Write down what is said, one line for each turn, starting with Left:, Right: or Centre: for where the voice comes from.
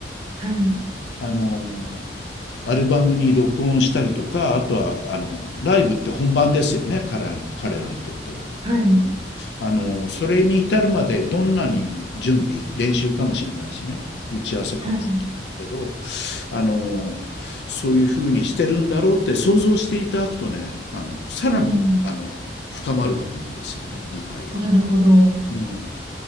Right: はい。
Left: あの、アルバムに録音したりとか、あとは、あの、ライブって本番ですよね、彼ら、彼らにとっては。
Right: はい。
Left: あの、それに至るまでどんなに準備、練習かもしれないしね、打ち合わせかもしれないんだけど、
Right: はい。
Left: あの、そういうふうにしてるんだろうって想像していただくとね、あの、さらに、
Right: うん。
Left: あの、深まると思うんですよね、理解が。
Right: なるほど。
Left: うん